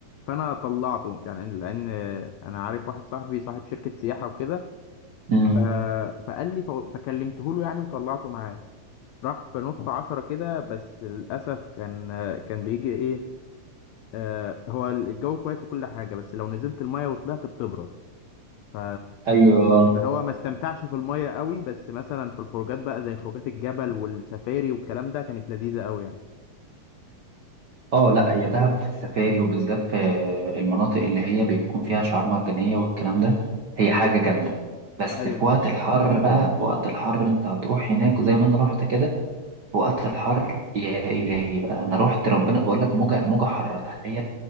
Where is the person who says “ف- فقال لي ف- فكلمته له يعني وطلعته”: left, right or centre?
Left